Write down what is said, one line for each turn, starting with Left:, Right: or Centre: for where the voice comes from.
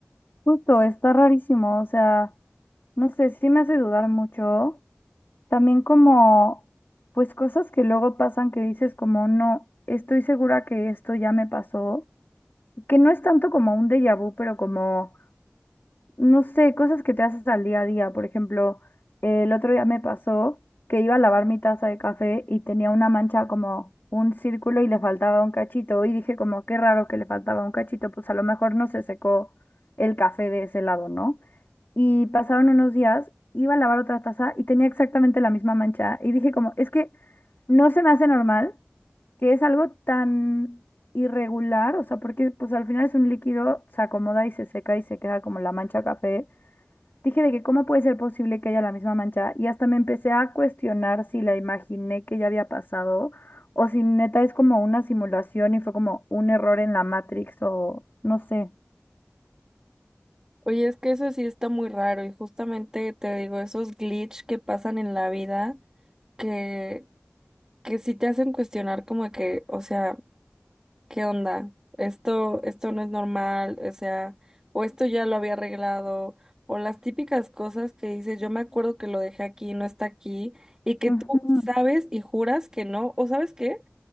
Left: Justo, está rarísimo, o sea, no sé, sí me hace dudar mucho. También como, pues cosas que luego pasan que dices como, no, estoy segura que esto ya me pasó, que no es tanto como un déjà vu, pero como, no sé, cosas que te haces al día a día. Por ejemplo, eh, el otro día me pasó que iba a lavar mi taza de café y tenía una mancha como un círculo y le faltaba un cachito y dije como, qué raro que le faltaba un cachito, pues a lo mejor no se secó el café de ese lado, ¿no? y pasaron unos días, iba a lavar otra taza y tenía exactamente la misma mancha y dije como, es que no se me hace normal que es algo tan irregular, o sea, porque pues al final es un líquido, se acomoda y se seca y se queda como la mancha café. Dije de que cómo puede ser posible que haya la misma mancha y hasta me empecé a cuestionar si la imaginé que ya había pasado o si neta es como una simulación y fue como un error en la Matrix o no sé.
Right: Oye, es que eso sí está muy raro y justamente te digo, esos glitch que pasan en la vida que, que sí te hacen cuestionar como que, o sea, ¿qué onda? Esto, esto no es normal, o sea, o esto ya lo había arreglado, o las típicas cosas que dices, yo me acuerdo que lo dejé aquí, no está aquí, y que
Left: Ujú.
Right: tú sabes y juras que no, o ¿sabes qué?